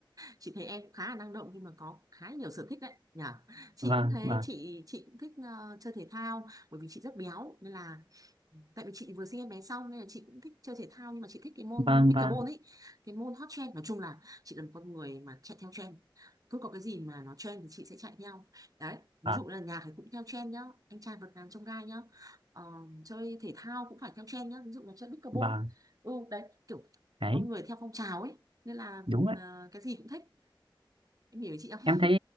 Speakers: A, on the right; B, on the right.
A: chị thấy em cũng khá là năng động nhưng mà có khá nhiều sở thích đấy nhỉ chị
B: Vâng,
A: cũng thế
B: vâng,
A: chị chị cũng thích ờ, chơi thể thao bởi vì chị rất béo nên là tại vì chị vừa sinh em bé xong nên là chị cũng thích chơi thể thao nhưng mà chị thích cái môn
B: vâng,
A: pickleball
B: vâng,
A: ấy cái môn hot trend nói chung là chị là một con người mà chạy theo trend cứ có cái gì mà nó trend thì chị sẽ chạy theo đấy ví
B: vâng,
A: dụ là nhạc thì cũng theo trend nhá anh trai vượt ngàn chông gai nhá Ờ, chơi thể thao cũng phải theo trend nhá ví dụ là chơi pickleball
B: vâng,
A: ừ đấy kiểu
B: đấy,
A: con người theo phong trào ấy nên là
B: đúng rồi.
A: ờ, cái gì cũng thích em hiểu chị không
B: em thấy